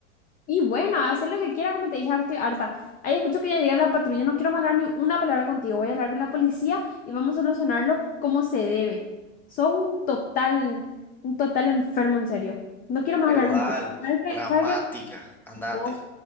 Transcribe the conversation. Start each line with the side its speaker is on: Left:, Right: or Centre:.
Left: Y bueno, hacer lo que quiera, como te dije, ahora estoy harta. Ahí escucho que ya llega la patrulla, no quiero hablar ni una palabra contigo. Voy a hablar con la policía y vamos a solucionarlo como se debe. Sos un total, un total enfermo, en serio. No quiero más
Centre: pero
Left: hablar
Centre: dale,
Left: contigo. ¿Sabes qué?
Centre: dramática,
Left: ¿Sabes qué?
Centre: andate.
Left: Vos